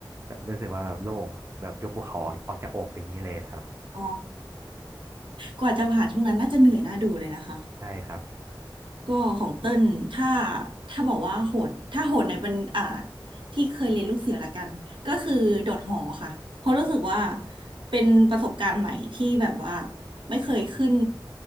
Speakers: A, on the right (about 30°); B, on the right (about 80°).
A: รู้สึกว่าแบบโล่งแบบยกภูเขาออกจากอกอย่างนี้เลยครับ
B: อ๋อ กว่าจะผ่านช่วงนั้นน่าจะเหนื่อยน่าดูเลยนะคะ
A: ใช่ครับ
B: ก็ของเต้นถ้าถ้าบอกว่าโหดถ้าโหดในเป็นอ่าที่เคยเรียนลูกเสือละกันก็คือโดดหอค่ะเพราะรู้สึกว่าเป็นประสบการณ์ใหม่ที่แบบว่าไม่เคยขึ้น